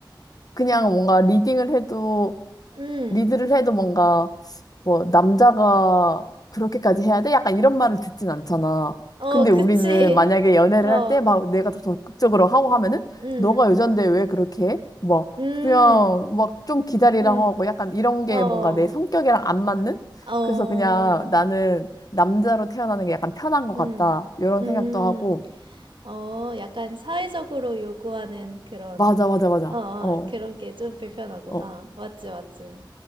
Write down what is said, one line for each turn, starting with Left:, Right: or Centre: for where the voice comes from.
Left: 그냥 뭔가 리딩을 해도
Right: 응,
Left: 리드를 해도 뭔가 뭐 남자가 그렇게까지 해야 돼? 약간 이런 말을 듣진 않잖아.
Right: 어,
Left: 근데
Right: 그치,
Left: 우리는 만약에 연애를
Right: 어,
Left: 할 때 막 내가 더 적극적으로 하고 하면은
Right: 응, 응,
Left: 너가 여잔데 왜 그렇게 해? 뭐
Right: 응,
Left: 그냥 막 좀 기다리라고
Right: 응, 응,
Left: 하고 약간 이런 게
Right: 어,
Left: 뭔가 내 성격이랑 안 맞는?
Right: 어,
Left: 그래서 그냥 나는 남자로 태어나는 게 약간 편한 것
Right: 응,
Left: 같다. 이런
Right: 응,
Left: 생각도 하고
Right: 어, 약간 사회적으로 요구하는 그런,
Left: 맞아 맞아 맞아.
Right: 어, 어,
Left: 어.
Right: 그런 게 좀 불편하구나.
Left: 어.
Right: 맞지, 맞지.